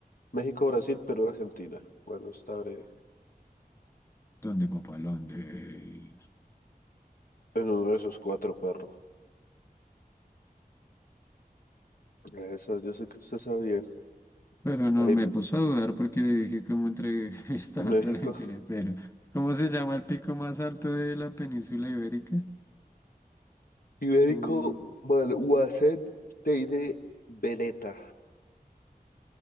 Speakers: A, on the left; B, on the left.
A: México, Brasil, Perú, Argentina. Bueno, está breve.
B: ¿Dónde, papá? ¿Dónde?
A: En uno de esos cuatro perros. Esas, yo sé que usted sabía.
B: Pero no
A: Hay
B: me puso a dudar porque dije cómo entre <laughs> estaba
A: México.
B: entre Argentina. Pero, ¿cómo se llama el pico más alto de la península ibérica?
A: Ibérico,
B: Uh,
A: Malhuacén, Teide, Veleta.